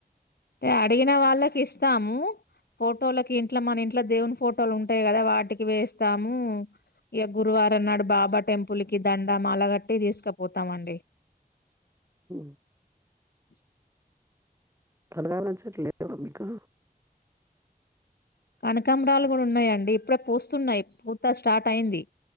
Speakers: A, on the left (about 85°); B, on the right (about 15°).
A: అంటే అడిగిన వాళ్ళకి ఇస్తాము. ఫోటోలకి ఇంట్లో మన ఇంట్లో దేవుని ఫోటోలు ఉంటాయి కదా వాటికి వేస్తాము. ఇక గురువారం నాడు బాబా టెంపుల్ కి దండ మాల కట్టి తీసుకపోతాం అండి.
B: హుమ్
A: <inaudible>
B: తర <unintelligible> చెట్ లేద మీకు
A: కనకాంబరాలు కూడున్నాయండి ఇప్పుడే పూస్తున్నాయి పూత స్టార్ట్ అయింది